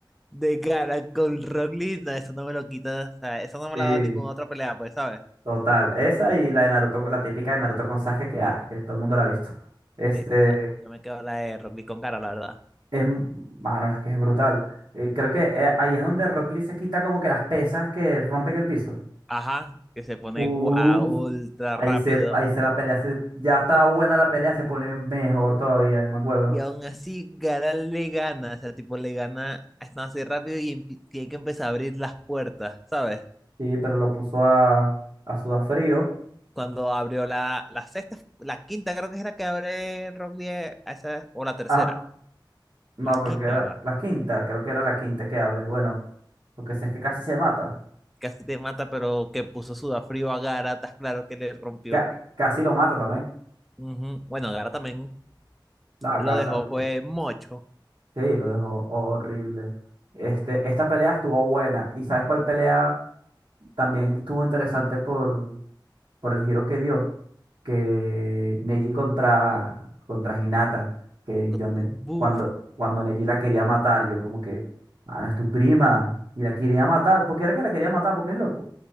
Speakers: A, in the centre; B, on the right.
A: de Gara con Rock Lee, no, eso no me lo quita, o sea, eso no me
B: sí,
A: la ha dado ninguna otra pelea, pues, ¿sabes?
B: total, esa y la de Naruto, la típica de Naruto con Sasuke que, ah, que todo el mundo la ha visto. Este,
A: Sí, pero no, yo me quedo la de Rock Lee con cara, la verdad.
B: es, m- mano, es que es brutal. Eh, creo que eh, ahí es donde Rock Lee se quita como que las pesas que rompen el piso.
A: Ajá. Que se pone
B: Uf.
A: guau, ultra
B: Ahí
A: rápido.
B: se, ahí se la pelea, se- ya estaba buena la pelea, se pone mejor todavía, me acuerdo.
A: Y aún así, Garal le gana. O sea, tipo, le gana a así rápido y empi- tiene que empezar a abrir las puertas, ¿sabes?
B: Sí, pero lo puso a, a Sudafrío.
A: Cuando abrió la, la sexta, la quinta creo que es la que abre Rock Lee, a esa, o la tercera.
B: Ah, no,
A: La quinta,
B: creo que era
A: ¿verdad?
B: la quinta, creo que era la quinta que abre. Bueno, lo que sé es que casi se mata.
A: Casi te mata, pero que puso sudafrío a Gara, estás claro que le rompió.
B: Ca- casi lo mata también.
A: Ujú. Bueno, Gara también
B: La
A: lo
B: carta.
A: dejó,
B: bueno,
A: fue mocho.
B: Sí, lo dejó horrible. Este, esta pelea estuvo buena. ¿Y sabes cuál pelea también estuvo interesante por, por el giro que dio, que Neji contra, contra Hinata, que
A: Con-
B: yo me,
A: Buf,
B: cuando, cuando Neji la quería matar, yo como que, mano, es tu prima, y la quería matar, porque era que la quería matar, porque es loco,